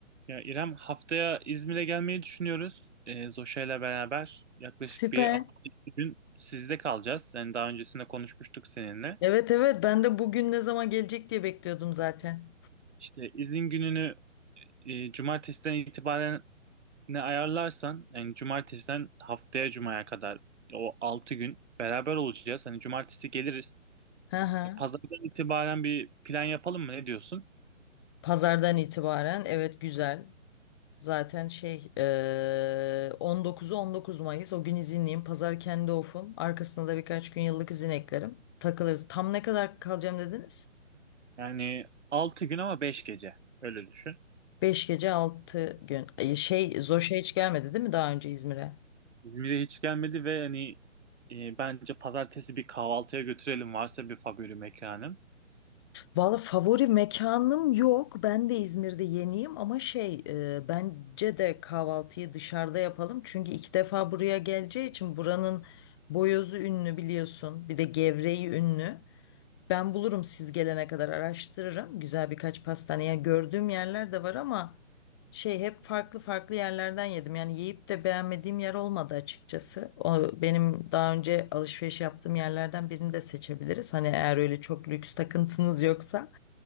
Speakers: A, on the right; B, on the left.
A: Ya İrem haftaya İzmir'e gelmeyi düşünüyoruz. Ee, Zoşa ile beraber yaklaşık
B: Süper.
A: bir hafta iki gün sizde kalacağız. Yani daha öncesinde konuşmuştuk seninle.
B: Evet evet ben de bugün ne zaman gelecek diye bekliyordum zaten.
A: İşte izin gününü e, cumartesiden itibaren ne ayarlarsan yani cumartesiden haftaya cumaya kadar o 6 gün beraber olacağız. Hani cumartesi geliriz.
B: Hı hı.
A: E, Pazardan itibaren bir plan yapalım mı? Ne diyorsun?
B: Pazardan itibaren evet güzel. Zaten şey eee 19'u 19 Mayıs o gün izinliyim. Pazar kendi ofum. Arkasına da birkaç gün yıllık izin eklerim. Takılırız. Tam ne kadar kalacağım dediniz?
A: Yani altı gün ama 5 gece. Öyle düşün.
B: 5 gece 6 gün. Ay, Şey Zoş'a hiç gelmedi değil mi daha önce İzmir'e?
A: İzmir'e hiç gelmedi ve hani e, bence pazartesi bir kahvaltıya götürelim varsa bir favori mekanım.
B: Valla favori mekanım yok. Ben de İzmir'de yeniyim ama şey e, bence de kahvaltıyı dışarıda yapalım. Çünkü iki defa buraya geleceği için buranın boyozu ünlü biliyorsun. Bir de gevreği ünlü. Ben bulurum siz gelene kadar araştırırım. Güzel birkaç pastaneye gördüğüm yerler de var ama şey hep farklı farklı yerlerden yedim. Yani yiyip de beğenmediğim yer olmadı açıkçası. O benim daha önce alışveriş yaptığım yerlerden birini de seçebiliriz. Hani eğer öyle çok lüks takıntınız yoksa.